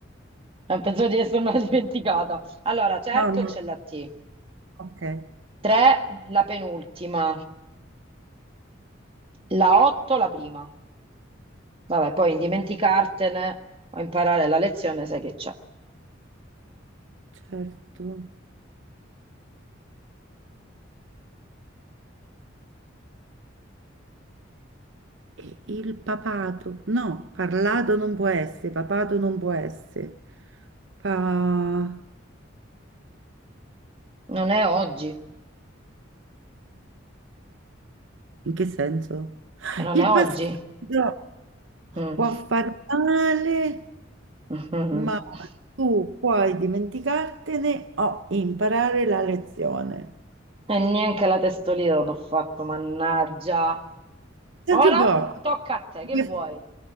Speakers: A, on the right; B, on the right.
A: Pensavo di essermela <laughs> dimenticata. Allora, certo
B: No, no.
A: c'è la T.
B: Ok,
A: 3, la penultima. La 8, la prima. Vabbè, poi dimenticartene o imparare la lezione, sai che c'è.
B: certo. E il papato. No, parlato non può essere, papato non può essere. Pa...
A: Non è oggi,
B: In che senso?
A: che non
B: Il
A: è oggi.
B: passaggio
A: Mm.
B: può far male,
A: <laughs>
B: ma tu puoi dimenticartene o imparare la lezione.
A: E neanche la testolina l'ho fatto, mannaggia.
B: Senti
A: Ora
B: un po',
A: tocca a te, che
B: che,
A: vuoi?